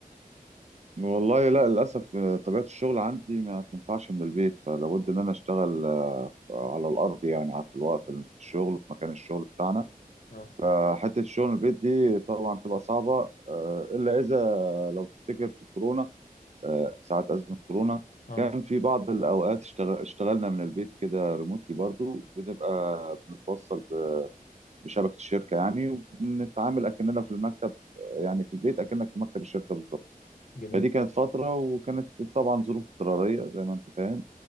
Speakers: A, on the right (about 50°); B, on the left (about 65°).
A: والله لا للاسف آه، طبيعه الشغل عندي ما تنفعش من البيت فلابد ان انا اشتغل آه، على الارض يعني على- في الوقت في الشغل في مكان الشغل بتاعنا
B: اه
A: فحته الشغل من البيت دي طبعا تبقى صعبه آه، الا اذا لو تفتكر في كورونا آه، ساعه ازمه كورونا
B: اه
A: كان في بعض الاوقات اشتغل اشتغلنا من البيت كده ريموتلي برضو بنبقى بنتوصل بشبكه الشركه يعني وبنتعامل اكننا في المكتب يعني في البيت اكنك في مكتب الشركه بالظبط
B: جميل
A: فدي كانت فتره وكانت طبعا ظروف اضطراريه زي ما انت فاهم